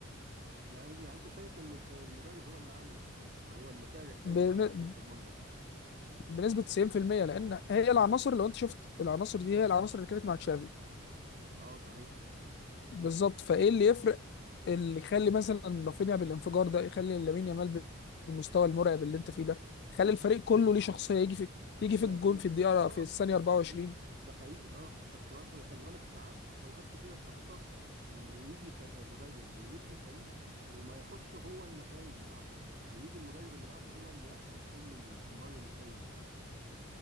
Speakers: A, on the right; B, on the left.
A: يعني يعني انت شايف ان الف- المدرب هو اللي عامل الكلام ده هو اللي فارق قوي
B: بن-
A: مع الفريق بالمنظر ده
B: بنسبة 90% لأن هي العناصر لو انت شفت العناصر دي هي العناصر اللي كانت مع تشافي
A: اه صحيح
B: بالظبط فايه اللي يفرق اللي يخلي مثلا رافينيا بالانفجار ده يخلي لامين يامال بالمستوى المرعب اللي انت فيه ده خلي
A: ماشي
B: الفريق
A: بس
B: كله ليه شخصية يجي في يجي
A: ماشي
B: في الجون
A: بقى
B: في الدقيقة
A: بقى- اه
B: في الثانية 24
A: ده حقيقي ده حقيقي اه بس هو خلي بالك ساعات اوقات كتيره بتحصل ان يجي ف- مدرب ويبني فريق وما ياخدش هو النتائج بتاعته ويجي المدرب اللي بعده هو اللي يحصد كل الثمار النتائج دي